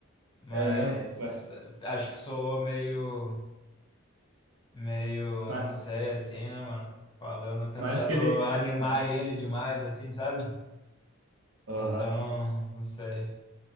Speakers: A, on the left (about 20°); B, on the right (about 80°).
A: mas
B: é mesmo? Mas,
A: s- acho que soou meio, meio,
B: mas,
A: eu não sei, assim, né, mano? Falando, tentando
B: mas acho que ele.
A: animar
B: É, é,
A: ele demais, assim, sabe?
B: aham.
A: Então, não sei.